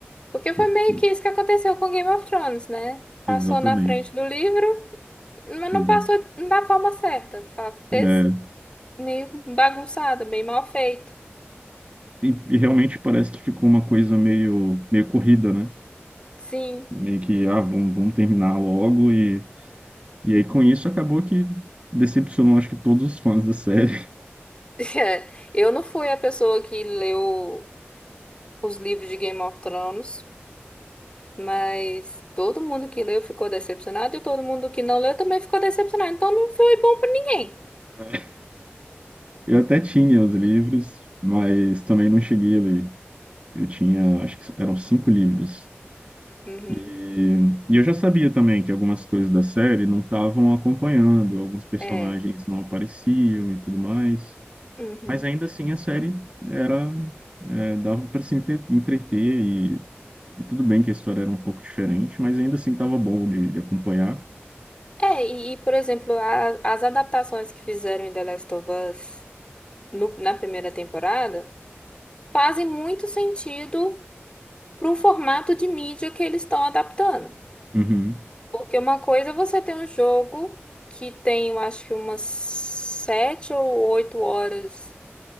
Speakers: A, on the left; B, on the right.
A: Porque foi
B: Porque,
A: meio que isso que aconteceu com Game of Thrones, né? Passou
B: exatamente,
A: na frente do livro, mas
B: exato.
A: não passou da forma certa. Fa- Fez
B: É,
A: meio bagunçado, meio mal feito.
B: e, e realmente parece que ficou uma coisa meio, meio corrida, né?
A: Sim.
B: Meio que, ah, vamos, vamos terminar logo. E, e aí com isso acabou que decepcionou, acho que todos os fãs da série.
A: <laughs> Eu não fui a pessoa que leu os livros de Game of Thrones, mas todo mundo que leu ficou decepcionado e todo mundo que não leu também ficou decepcionado. Então não foi bom pra ninguém.
B: <laughs> Eu até tinha os livros, mas também não cheguei a ler. Eu tinha, acho que eram cinco livros.
A: Uhum.
B: E, e eu já sabia também que algumas coisas da série não estavam acompanhando, alguns personagens
A: É.
B: não apareciam e tudo mais.
A: Uhum.
B: Mas ainda assim a série era, é, dava para se entre- entreter e, e tudo bem que a história era um pouco diferente, mas ainda assim estava bom de, de acompanhar.
A: É, e, e, por exemplo, a- as adaptações que fizeram em The Last of Us. no- na primeira temporada fazem muito sentido pro formato de mídia que eles estão adaptando.
B: Uhum,
A: Porque uma coisa é você ter um jogo que tem, eu acho que umas sete ou oito horas